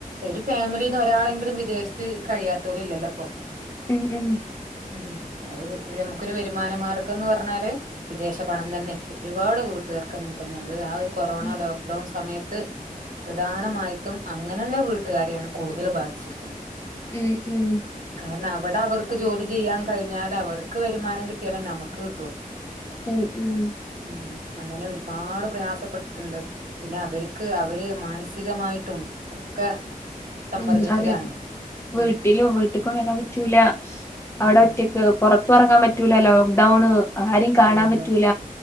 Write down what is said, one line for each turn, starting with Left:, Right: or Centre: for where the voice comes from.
Right: ഒരു ഫാമിലീന്ന് ഒരാളെങ്കിലും വിദേശത്ത് കഴിയാത്തവരിലില്ലല്ലോ ഇപ്പൊ
Left: ഉ ഉം
Right: ഉം ഒരു ഒരു നമുക്കൊരു വരുമാനമാർഗന്നു പറഞ്ഞാല്. വിദേശപണം തന്നെ ഒരുപാട് വീട്ടുകാർക്കങ്ങനെ തന്നെ അത് ആ ഒരു കൊറോണ
Left: ഉം
Right: ലോക്ക്ഡൗൺ സമയത്ത് പ്രധാനമായിട്ടും അങ്ങനൊള്ള വീട് ട്ടുകാരെയാണ് കൂടുതല് ബാധിച്ചിരിക്കണേ
Left: ഉം ഉം
Right: കാരണം അവിടെ അവർക്ക് ജോലി ചെയ്യാൻ കഴിഞ്ഞാൽ അവർക്ക് വരുമാനം കിട്ടിയാലേ നമുക്ക് കിട്ടുള്ളൂ
Left: ഉം ഉം
Right: ഉം അങ്ങനെ ഒരുപാട് പ്രയാസപ്പെട്ടിട്ട്ണ്ട് പിന്നെ അവർക്ക് അവര് മാനസികമായിട്ടും ഒക്കെ സമ്മർദ്ദത്തിലാണ്
Left: ഉം അതെ
Right: ഉം
Left: വീട്ടിലും വീട്ട്ക്കു അങ്ങനെ പറ്റൂല അവടെ
Right: ആഹ്
Left: ഒറ്റക്ക് പുറത്തിറങ്ങാൻ പറ്റൂല ലോക്ക്ഡൌണ് ആരെയും കാണാൻ
Right: അതെ അതെ
Left: പറ്റൂല